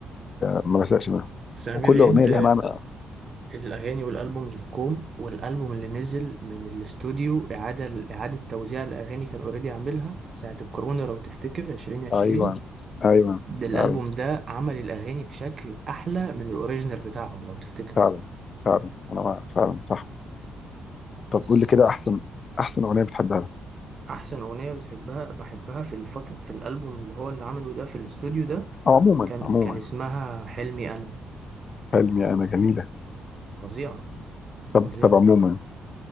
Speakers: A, on the left (about 45°); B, on the right (about 40°).
A: آه، ما بزهقش منها
B: بس أمير
A: وكل
B: عيد
A: أغنية ليها معنى
B: الأغاني والألبومز في كوم والألبوم اللي نزل من الاستوديو إعادة إعادة توزيع الأغاني كان أوريدي عاملها ساعة الكورونا لو تفتكر عشرين عشرين
A: أيوة أيوة
B: ده الألبوم
A: فعلا
B: ده عمل الأغاني بشكل أحلى من الأوريجينال بتاعهم لو تفتكروا
A: فعلا فعلا أنا مع- فعلا صح
B: بس
A: طب قول لي كده
B: آه،
A: أحسن أحسن أغنية بتحبها لها.
B: أحسن أغنية بتحبها بحبها في الفترة في الألبوم اللي هو اللي عمله ده في الاستوديو ده
A: أو عموما
B: كان
A: عموما
B: كان اسمها حلمي أنا
A: حلمي أنا جميلة
B: فظيعة
A: طب
B: فظيعة
A: طب عموما